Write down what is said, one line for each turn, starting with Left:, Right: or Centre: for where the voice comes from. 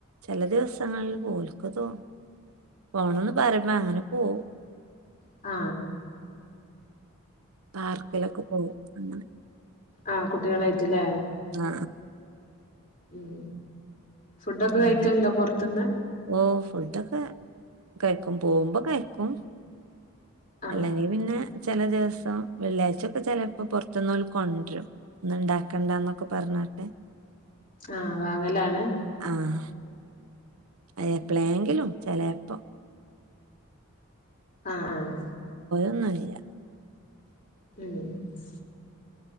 Right: ചെല ദിവസങ്ങളിൽ. ഓല്ക്ക് തോന്ന പോണന്ന് പറയുമ്പ അങ്ങനെ പോവും.
Left: ആ
Right: പാർക്കിലൊക്കെ പോകും അങ്ങനെ.
Left: ആ കുട്ടികളു ആയിട്ടല്ലേ?
Right: ആ
Left: ഉം ഫുഡൊക്കെ
Right: അല്ലെങ്കിൽ
Left: കഴിക്കലണ്ടോ പൊറത്തന്ന്?
Right: ഓ ഫുഡൊക്കെ കഴിക്കും പോകുമ്പ കഴിക്കും.
Left: ആഹ്
Right: അല്ലെങ്കി പിന്നെ ചെല ദിവസം വെള്ളിയാഴ്ചൊക്കെ ചെലപ്പോ പൊറത്തുന്നോല് കൊണ്ടരും ഇന്ന് ഇണ്ടാക്കണ്ടന്നൊക്കെ പറഞ്ഞട്ടെ.
Left: ആഹ് വാങ്ങലാണ്.
Right: ആഹ് അത്
Left: ഉം
Right: എപ്പളേങ്കിലും. ചെലേപ്പം.
Left: ആ ആഹ്
Right: ഒന്നു ഇല്ല
Left: ഉം